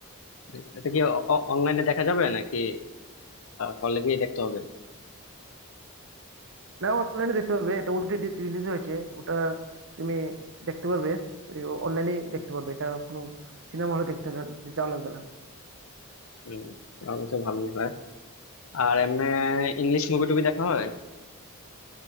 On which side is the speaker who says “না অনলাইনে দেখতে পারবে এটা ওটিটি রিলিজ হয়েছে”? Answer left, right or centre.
Right